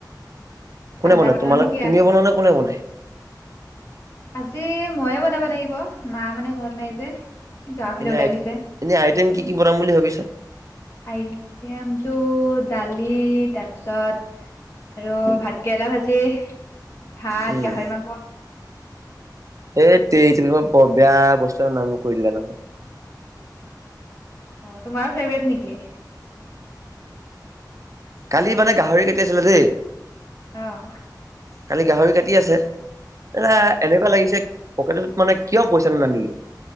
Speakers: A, on the left; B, on the right.
A: ঠাণ্ডা
B: কোনে বনায়,
A: বতৰনো
B: তোমালোক-তুমিয়ে
A: কি আৰু
B: বনোৱা নে কোনে বনায়?
A: আজি মইয়ে বনাব লাগিব, মা মানে ঘৰত নাই যে। গাঁৱৰ ফালে
B: এনেই
A: ওলাই
B: আইট-এনেই
A: গৈছে
B: আইটেম কি কি বনাম বুলি ভাবিছা?
A: আইটেমতটো দালি, তাৰপিছত আৰু ভাত কেৰেলা ভাজি ভাত
B: উম।
A: গাহৰি মাংস
B: এইত তেৰি, তেনেকুৱা বৰ বেয়া বস্তু এটাৰ নাম কৈ দিলা নহয়।
A: অ' তোমাৰো ফেভৰেট নেকি?
B: কালি মানে গাহৰি কাটি আছিলে দেই।
A: অ'।
B: কালি গাহৰি কাটি আছে <unintelligible> এনেকুৱা লাগিছে পকেটত মানে কিয় পইচাটো নানিলোঁ।